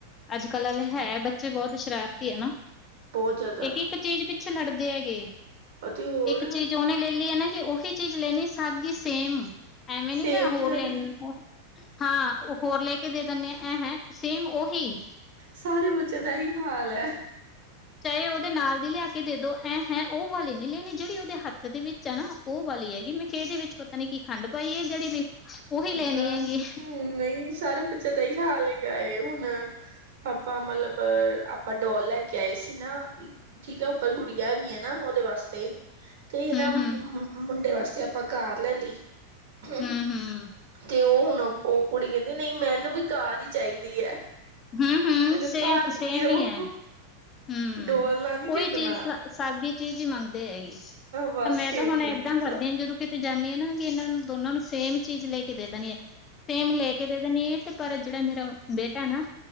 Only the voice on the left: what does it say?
ਅੱਜ ਕੱਲ ਵਾਲੇ ਹੈ ਬੱਚੇ ਬਹੁਤ ਸ਼ਰਾਰਤੀ ਹੈ ਨਾ
ਇੱਕ ਇੱਕ ਚੀਜ਼ ਪਿੱਛੇ ਲੜਦੇ ਹੈਗੇ
ਇੱਕ ਚੀਜ਼ ਉਹਨੇ ਲੈ ਲਈ ਹੈ ਨਾ ਕਿ ਉਹੀ ਚੀਜ਼ ਲੈਣੀ ਸਭ ਦੀ ਸੇਮ। ਐਵੇਂ ਨੀ
ਕਰ ਹੋਰ
ਲੈਣ
ਹਾਂ ਉਹ ਹੋਰ ਲੈ ਕੇ ਦੇ ਦਿੰਦੇ ਆ। ਅਂ ਹੈਂ ਸੇਮ ਓਹੀ।
ਚਾਹੇ ਉਹਦੇ ਨਾਲ ਦੀ ਲਿਆ ਕੇ ਦੇ ਦੋ ਇਹਂ ਹੈਂ ਉਹ ਵਾਲੇ ਨੀ ਲੈਣੀ ਜਿਹੜੀ ਉਹਦੇ ਹੱਥ ਦੇ ਵਿੱਚ ਹੈ ਨਾ ਉਹ ਵਾਲੀ ਹੈਗੀ ਮੈਂ ਖੇ ਦੇ ਵਿੱਚ ਪਤਾ ਨੀ ਕੀ ਖੰਡ ਪਾਈ ਹੈ ਜਿਹੜੀ ਵੀ ਉਹੀ
ਲੈਣੀ ਹੈਗੀ।
ਹੂੰ
ਹੂੰ
ਹੂੰ ਹੂੰ
ਹੂੰ ਹੂੰ
ਸੇਮ
ਸੇਮ
ਹੀ ਹੈ ਹੂੰ,
ਉਹੀ
ਚੀਜ਼ ਸਾਗੀ ਚੀਜ਼ ਹੀ ਮੰਗਦੇ ਹੈਗੇਗੀ ਤਾਂ
ਮੈਂ
ਤਾਂ ਹੁਣ
ਏਦਾਂ
ਕਰਦੀ ਹਾਂ ਜਦੋਂ ਕਿਤੇ ਜਾਂਦੀ ਹ ਨਾ ਕਿ ਇਹਨਾਂ ਨੂੰ ਦੋਨਾਂ ਨੂੰ ਸੇਮ ਚੀਜ਼ ਲੈ ਕੇ ਦੇ ਦੇਣੀ ਹੈ ਸੇਮ ਲੈ ਕੇ ਕਿਤੇ ਦਾ ਨੀ ਤੇ ਪਰ ਜਿਹੜਾ ਮੇਰਾ ਬੇਟਾ ਨਾ